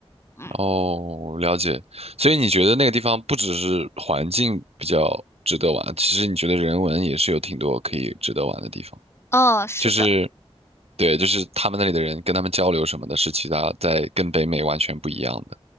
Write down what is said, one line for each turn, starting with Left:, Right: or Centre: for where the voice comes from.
Left: 嗯
Right: 哦，了解。所以你觉得那个地方不只是环境比较值得玩，其实你觉得人文也是有挺多可以值得玩的地方。
Left: 嗯，是的。
Right: 就是，对，就是他们那里的人跟他们交流什么的，是其他在跟北美完全不一样的。